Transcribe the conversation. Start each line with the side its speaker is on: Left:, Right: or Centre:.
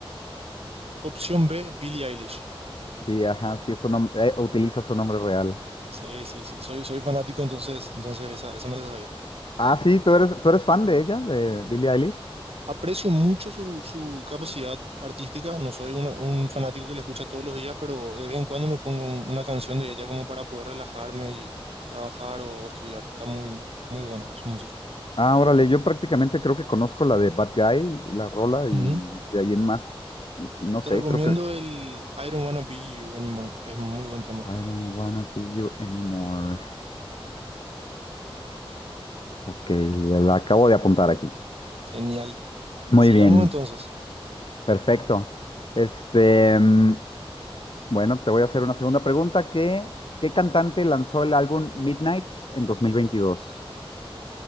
Right: Opción B, Billie Eilish.
Left: Sí, ajá, sí, es su nom- eh, utiliza su nombre real.
Right: Sí, sí, sí, soy, soy fanático, entonces, entonces esa, esa me la sabía.
Left: Ah, sí, ¿tú eres, tú eres fan de ella, de Billie Eilish?
Right: Aprecio mucho su, su capacidad artística, no soy una- un fanático que le escucha todos los días, pero de vez en cuando me pongo un- una canción de ella como para poder relajarme y trabajar o estudiar. Está muy, muy buena su música.
Left: Ah, órale, yo prácticamente creo que conozco la de Bad Guy, la rola, y
Right: Ujú.
Left: de ahí en más, no sé,
Right: Te recomiendo
Left: creo que...
Right: el I Don't Wanna Be You Anymore, es muy buen tema.
Left: I don't wanna be you anymore. Ok, la la acabo de apuntar aquí.
Right: Genial.
Left: Muy
Right: Sigamos
Left: bien.
Right: entonces.
Left: Perfecto. Este, mm, bueno, te voy a hacer una segunda pregunta. ¿Qué, qué cantante lanzó el álbum Midnights en 2022?